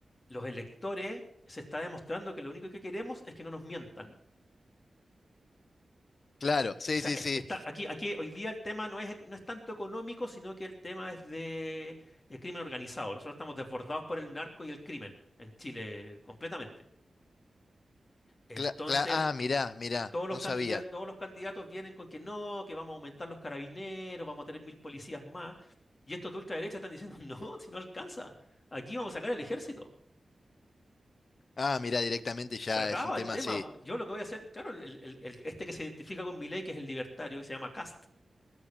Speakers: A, on the left; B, on the left.
A: los electores se está demostrando que lo único que queremos es que no nos mientan.
B: Claro, sí,
A: O sea,
B: sí,
A: es-
B: sí.
A: está, aquí, aquí hoy día el tema no es, no es tanto económico, sino que el tema es de eh, crimen organizado. Nosotros estamos desbordados por el narco y el crimen en Chile completamente. Entonces,
B: Cla- cla- ah, mirá, mirá,
A: Todos los
B: no
A: candidatos,
B: sabía.
A: todos los candidatos vienen con que no, que vamos a aumentar los carabineros, vamos a tener mil policías más. Y estos de ultraderecha están diciendo, <laughs> no, si no alcanza, aquí vamos a sacar el ejército.
B: Ah, mirá, directamente ya
A: Se acaba
B: es un tema
A: el tema.
B: así.
A: Yo lo que voy a hacer, claro, el- el- el- este que se identifica con Milei, que es el libertario, que se llama Kast.